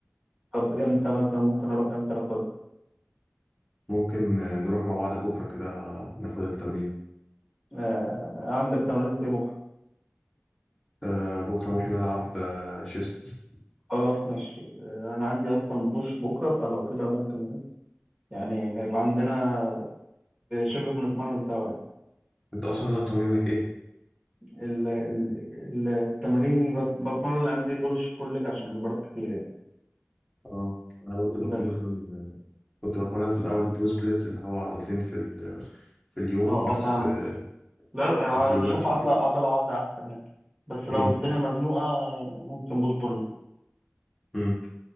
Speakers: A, on the right (about 20°); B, in the centre.
A: طب إمتى مثلا ممكن أروح إمتى ناخدها؟
B: ممكن آه، نروح مع بعض بكره كده ناخد التمرين
A: آه، عندك تمرين إيه بكرة؟
B: آه بكره ممكن العب آه شيست
A: خلاص ماشي آه، أنا عندي أصلا بوش بكرة فلو كده ممكن إيه يعني هيبقى عندنا شبه بنتمرن سوا يعني.
B: انت اصلا نظام تمرينك ايه
A: ال- ال- التمريني بس بتمرن الايام دي بولش بول ليج عشان مش بروح كتير يعني
B: اه انا برضه بتمرن
A: بس
B: كنت بتمرن في الاول برو سبليت اللي هو عضلتين في ال... في اليوم
A: اه
B: بس
A: اه فاهمك
B: آه
A: لا آه،
B: بس دلوقتي
A: بشوف عضلة عضلة واحدة أحسن يعني بس لو
B: امم
A: الدنيا مزنوقة آه، ممكن بوش بول
B: امم